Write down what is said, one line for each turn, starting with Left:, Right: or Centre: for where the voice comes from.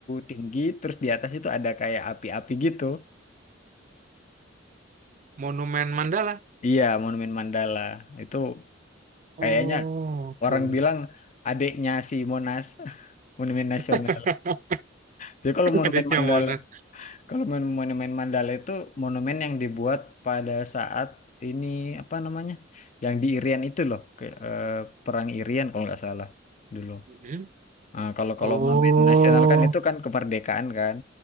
Left: tinggi, terus di atas itu ada kayak api-api gitu.
Right: Monumen Mandala.
Left: Iya, Monumen Mandala. Itu
Right: Oh,
Left: kayaknya orang
Right: oke.
Left: bilang adiknya si Monas, <laughs> Monumen Nasional.
Right: <laughs>
Left: Jadi kalau
Right: Adanya
Left: Monumen Mandala,
Right: Monas.
Left: kalau mon- Monumen Mandala itu monumen yang dibuat pada saat ini apa namanya? Yang di Irian itu loh, ke, eh, Perang Irian kalau nggak salah dulu.
Right: Mhm.
Left: Nah, kalau
Right: Oh,
Left: kalau monumen nasional kan itu kan kemerdekaan kan.